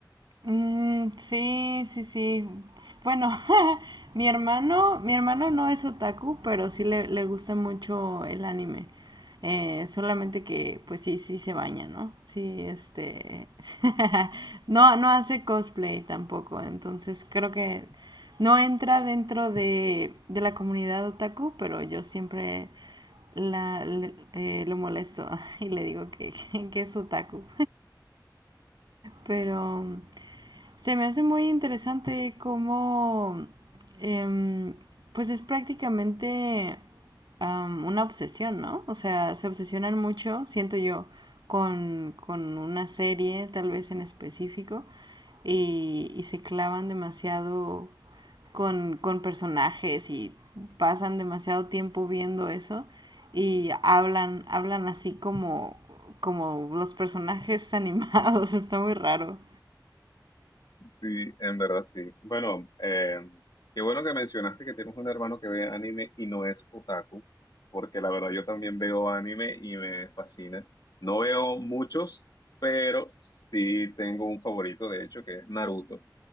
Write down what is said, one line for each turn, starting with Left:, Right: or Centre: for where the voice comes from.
Right: Mm, sí, sí, sí. Bueno, <laughs> mi hermano, mi hermano no es otaku, pero sí le, le gusta mucho el anime. Eh, solamente que, pues sí, sí se baña, ¿no? Sí, este, <laughs> no, no hace cosplay tampoco, entonces creo que no entra dentro de, de la comunidad otaku, pero yo siempre la, le- eh, lo molesto <laughs> y le digo que, <laughs> que es otaku. Pero se me hace muy interesante cómo, em, pues es prácticamente am, una obsesión, ¿no? O sea, se obsesionan mucho, siento yo, con, con una serie, tal vez en específico, y, y se clavan demasiado con, con personajes y pasan demasiado tiempo viendo eso y hablan, hablan así como, como los personajes animados, <laughs> está muy raro.
Left: Sí, en verdad sí. Bueno, eh, qué bueno que mencionaste que tienes un hermano que ve anime y no es otaku, porque la verdad yo también veo anime y me fascina. No veo muchos, pero sí tengo un favorito, de hecho, que es Naruto,